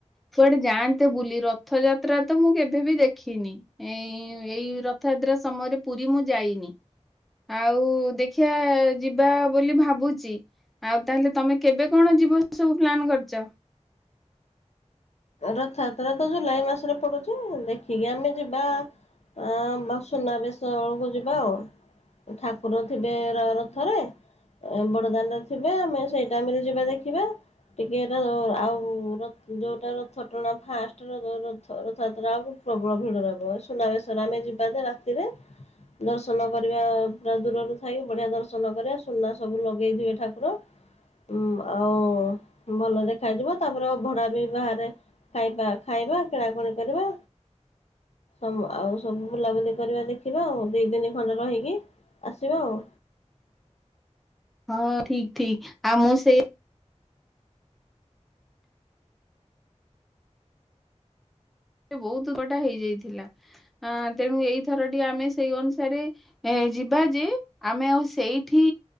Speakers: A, in the centre; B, on the left (about 65°).
A: କୁଆଡେ ଯାଆନ୍ତେ ବୁଲି, ରଥଯାତ୍ରା ତ ମୁଁ କେବେବି ଦେଖିନି। ଏଇ ଏଇ ରଥଯାତ୍ରା ସମୟରେ ପୁରୀ ମୁଁ ଯାଇନି। ଆଉ ଦେଖିବା ଯିବା ବୋଲି ଭାବୁଛି। ଆଉ ତାହେଲେ ତମେ କେବେ କଣ ଯିବ ସବୁ ପ୍ଲାନ୍ କରିଛ?
B: ରଥଯାତ୍ରା ତ ଜୁଲାଇ ମାସରେ ପଡୁଛି ଦେଖିକି ଆମେ ଯିବା। ଆ ବା ସୁନା ବେଶ ବେଳକୁ ଯିବା ଆଉ। ଠାକୁର ଥିବେ ର ରଥରେ ବଡଦାଣ୍ଡରେ ଥିବେ ଆମେ ସେଇ ଟାଇମ ରେ ଯିବା ଦେଖିବା ଟିକେ ତାର ଆଉ ର ଯୋଉଟା ର ରଥଟଣା ଫାଷ୍ଟ ରଥ ରଥଯାତ୍ରା କୁ ପ୍ରବଳ ଭିଡ଼ ରହିଥିବ ସୁନାବେଶ ରେ ଆମେ ଯିବା ଯେ ରା କିରେ ଦର୍ଶନ କରିବା ପୁରା ଦୂରରୁ ଥାଇ ବଢିଆ ଦର୍ଶନ କରିବା ସୁନା ସବୁ ଲଗେଇଥିବେ ଠାକୁର। ଉ ଆଉ ଭଲ ଦେଖାଯିବ ତାପରେ ଅଭଡା ବି ବାହାରେ ଖାଇବା ଖାଇବା କିଣାକୁଣି କରିବା। ଆଉ ସବୁ ବୁଲାବୁଲି କରିବା ଦେଖିବା ଆଉ ଦି ଦିନି ଖଣ୍ଡେ ରହିକି। ଆସିବା ଆଉ।
A: ହଁ ଠିକ ଠିକ ଆଉ ମୁଁ ସେ ସେ ବହୁତ କଟା ହେଇଯାଇଥିଲା ଆ ତେଣୁ ଏଇଥରଟି ଆମେ ସେଇ ଅନୁସାରେ ଏ ଯିବା ଯେ ଆମେ ଆଉ ସେଇଠି